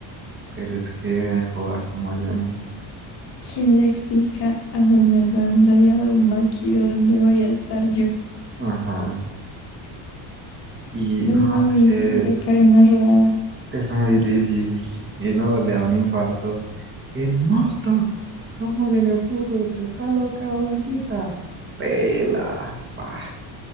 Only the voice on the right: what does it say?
Pero es que, joda, ¿cómo hacemos?
Ajá. Y
no,
es que
Es muy difícil. Y no, le da un infarto. En moto. ¿Cómo se le ocurre? ¿Se está loca, jovencita? Pela, pa.